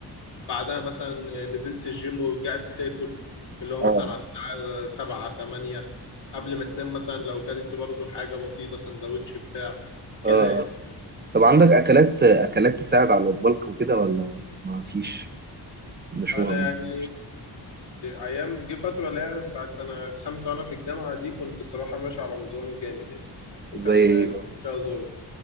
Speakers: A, on the left; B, on the right.
A: بعدها مثلا نزلت الجيم ورجعت تاكل اللي هو
B: اه
A: مثلا على الساعة سبعة تمانية قبل ما تنام مثلا لو كلت برضو حاجة بسيطة سندوتش بتاع كده
B: اه
A: يعني
B: طب عندك اكلات اكلات تساعد على البلك وكده ولا ما فيش مش
A: أنا
B: مهم
A: يعني أيام جه فترة اللي هي بتاعت سنة خمسة وأنا في الجامعة دي كنت صراحة ماشي على نظام جامد يعني وكان
B: زي ايه بقى
A: جسمي فيها ظابط